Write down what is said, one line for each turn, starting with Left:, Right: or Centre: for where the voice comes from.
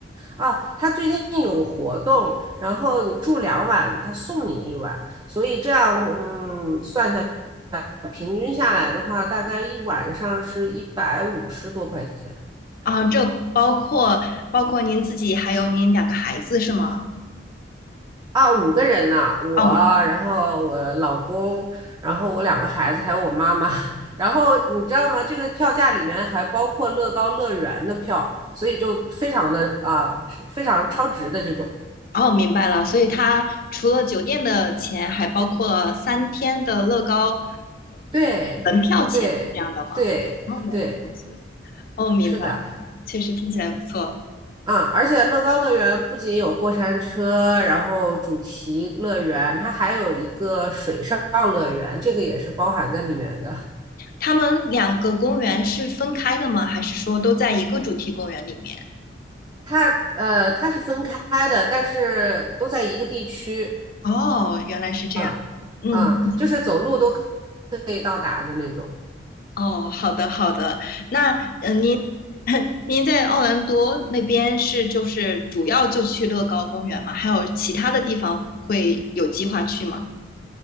Right: 哦，他最近有活动，然后你住两晚，他送你一晚，所以这样，嗯，算下来，平均下来的话，大概一晚上是一百五十多块钱，这样子。
Left: 啊，这包括包括您自己还有您两个孩子是吗？
Right: 啊，五个人呢，我，
Left: 哦
Right: 然后我老公，然后我两个孩子，还有我妈妈。<laughs> 然后你知道吗？这个票价里面还包括乐高乐园的票，所以就非常的啊，是非常超值的这种。
Left: 哦，明白了。所以它除了酒店的钱，还包括了三天的乐高
Right: 对，
Left: 门票钱这样的吗？
Right: 对，对。
Left: 哦，原来如此。
Right: 对，
Left: 哦，明白了，
Right: 是的，
Left: 确实听起来不错。
Right: 嗯，而且乐高乐园不仅有过山车，然后主题乐园，它还有一个水上乐园，这个也是包含在里面的。
Left: 他们两个公园是分开的吗？还是说都在一个主题公园里面？
Right: 它呃，它是分开的，但是都在一个地区，
Left: 哦，原来是这样。
Right: 嗯嗯，
Left: 嗯。
Right: 就是走路都可以到达的那种
Left: 哦，好的好的。那嗯、呃您 <laughs> 您在奥兰多那边是就是主要就去乐高公园吗？还有其他的地方会有计划去吗？